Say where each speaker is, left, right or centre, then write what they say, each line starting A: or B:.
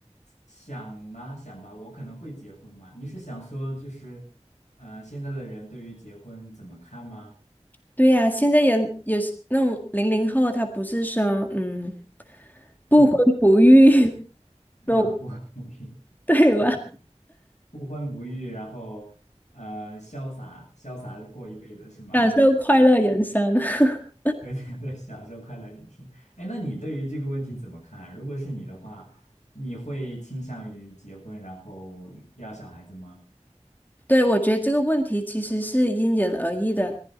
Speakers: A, on the left; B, on the left.
A: 想啊想吧，我可能会结婚吧。你是想说就是，呃，现在的人对于结婚怎么看吗？
B: 对呀，现在人有些那种零零后，他不是说嗯不婚不育
A: 嗯，
B: <laughs>
A: 啊，
B: 那种，
A: 不婚不育，
B: 对吧？
A: 对对，不婚不育，然后呃，潇洒潇洒地过一辈子是吗？
B: 享受快乐人生。<laughs>
A: 对对对，享受快乐人生。哎，那你对于这个问题怎么看啊？如果是你的话，你会倾向于结婚然后要小孩子吗？
B: 对，我觉得这个问题其实是因人而异的。